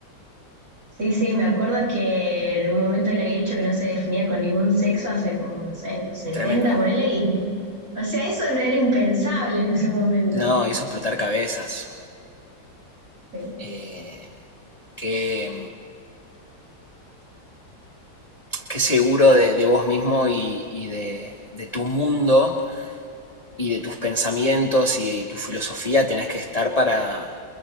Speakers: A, on the right; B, on the left.
A: sí, sí, me acuerdo que en un momento le había dicho que no se definía con ningún sexo hace como, no sé, en los 70,
B: Tremendo.
A: ponele, y, o sea, eso no era impensable en ese momento.
B: No, hizo explotar cabezas.
A: Sí.
B: Eh, qué qué seguro de, de vos mismo y, y de, de tu mundo y de tus pensamientos y tu filosofía tenés que estar para,